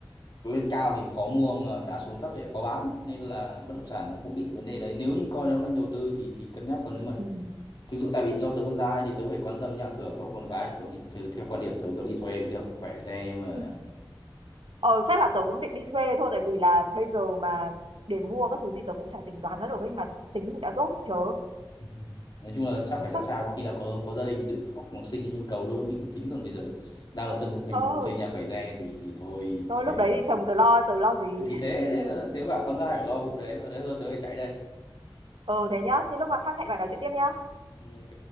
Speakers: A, on the left; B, on the right.
A: lên cao thì khó mua mà đã xuống thấp thì lại khó bán nên là bất động sản nó cũng bị cái vấn đề đấy nếu như coi nó kênh đầu tư thì thì cân nhắc còn nếu mà
B: Ừ.
A: thực sự tại vì do tớ con trai thì tớ phải quan tâm nhà cửa cậu con gái thì cậu đi theo, theo quan điểm tớ cậu đi thuê cũng được khỏe xe mà
B: Ừ. Ờ chắc là tớ cũng định đi thuê thôi tại vì là bây giờ mà để mua các thứ gì tớ cũng chả tính toán ra được ấy mà tính thì đã dốt chớ
A: <laughs> nói chung là chắc phải sẵn
B: chắc
A: sàng có khi nào có có gia đình tự khóc học sinh cho nhu cầu luôn mình tính còn bây giờ đang một thân một mình
B: thôi
A: thuê nhà khỏe xe thì thì thôi
B: thôi
A: thuê
B: lúc đấy thì chồng tớ lo tớ lo gì
A: thì thế thế bảo con trai phải lo vụ đấy mà. Thế thôi tớ phải chạy đây
B: ừ thế nhá thế lúc mà khác hẹn bạn nói chuyện tiếp nhá
A: Ừ, ok